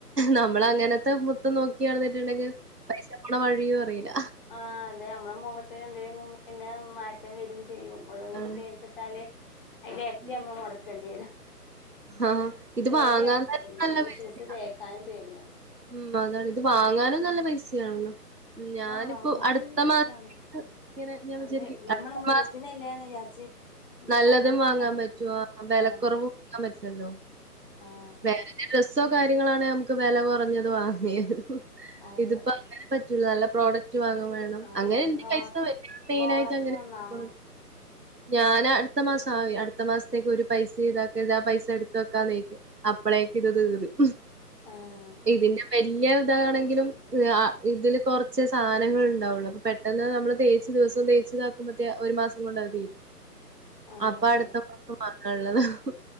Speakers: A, on the right; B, on the left.
A: നമ്മളങ്ങനത്തെ മുത്തം നോ ക്കി നടന്ന്ട്ട്ണ്ടെങ്കി പൈസപോണ വഴിയും അറില്ല
B: ആ അതെ നമ്മളെ മൊഖത്ത്ന് എന്തെലും പിന്നെ മാറ്റം വെരും ചെയ്യും ഓരോന്നമ്മള്
A: ആണ്.
B: തേച്ച്ട്ടാല് അയ്ന്റെര്ട്ടി
A: ഉം
B: ഞമ്മള് മൊടക്കണ്ടി വെരും
A: ആഹ് ഇത്
B: പേടിയാണ്
A: വാങ്ങാൻ
B: പ്പതൊന്നിലും
A: തന്നെ നല്ല
B: വിശ്വസിച്ച്
A: പൈസയാ.
B: തേക്കാനും പേടിയാണ്
A: ഉം അതാണ് ഇത് വാങ്ങാനും നല്ല പൈസയാണല്ലോ ഞാനിപ്പോ
B: ആഹ് വാങ്ങാൻ
A: അടുത്ത
B: നല്ല പൈസയാണ്
A: മാസത്തേക്ക് ഇങ്ങനെ ഞാൻ വിചാരിക്കും
B: അതെ പിന്നമ്മള്
A: അടുത്ത
B: മുഖത്തിനല്ലേന്ന്
A: മാസം
B: വിചാരിച്ച്
A: നല്ലതും
B: ചർമ്മത്തിനല്ല
A: വാങ്ങാൻ പറ്റൊ വെലക്കുറവ്
B: ആഹ്
A: <unintelligible>
B: ആഹ്
A: വേറെ ഡ്രസ്സോ കാര്യങ്ങളാണെ നമ്മക്ക് വെല കൊറഞ്ഞത് വാങ്ങേനു
B: അതെ
A: ഇതിപ്പോ അങ്ങനെ പറ്റൂല നല്ല പ്രോഡക്റ്റ് വാങ്ങും വേണം
B: ആഹ്
A: അങ്ങനെ
B: അല്ല
A: ന്റെ
B: പ്രോ
A: പൈസ മെയിനായിട്ട്
B: പ്രോഡക്റ്റ്
A: അങ്ങനെ
B: നന്നാവണം
A: പോണ് ഞാൻ അടുത്ത മാസം ആ അടുത്ത മാസത്തേക്ക് ഒരു പൈസ ഇതാക്കര്ത് ആ പൈസ ഇട്ത്ത് വെക്കാന്നേക്കും അപ്പളേക്ക്ത് തീരും
B: ആഹ്
A: ഇതിന്റെ വല്യതാണെങ്കിലും ആ ഇതില് കൊർച്ച് സാനങ്ങണ്ടാവൊള്ളു അപ്പൊ പെട്ട ട്ടെന്ന് നമ്മള് തേച്ച് ദിവസം തേച്ച്താക്കുമ്പത്തേ ഒരു മാസങ്ങൊണ്ടത് തീരും
B: ആഹ്
A: അപ്പൊ
B: അതെ
A: അടുത്ത മാസം വാങ്ങാള്ളതാവും